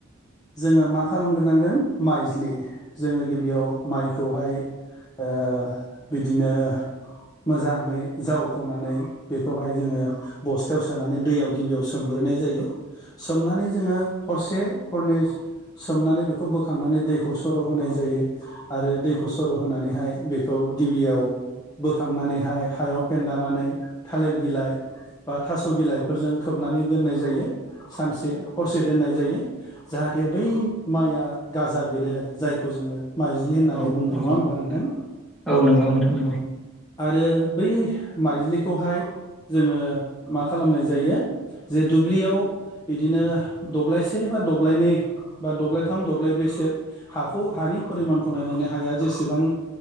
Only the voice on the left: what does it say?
जोङो मा खालामग्रोनांगोन माइज्लि जोङो गिबियाव माइखौहाय ओ बिदिनो मोजाङै जावख'नानै बेखौहाय जोङो बस्थायाव सोनानै दैयाव गिबियाव सोमग्रो सनाय जायो सोमनानै जोङो हरसे हरनै सोमनानै बेखौ बोखांनानै दैखौ सर' होनाय जायो आरो दैखौ सर' होनानैहाय बेखौ गिबियाव बोखांनानैहाय हायाव फेन्दानानै थालिर बिलाइ बा थास' बिलाइफोरजों खोबनानै दोननाय जायो सानसे हरसे दोननाय जायो जाहाथे बै माइया गाजा बेरो आरो जायखौ जोङो मज्लि होननानै
बुङो नङा
होमबा नोंथां
आरो बै माइज्लिखौहाय जोङो मा खालामनाय जायो जे दुब्लियाव बिदिनो दब्लायसे बा दब्लायनै बा दब्लायथाम दब्लायब्रैसो हाखौ हानि परिमानखौ नायनानै हाया जेसेबां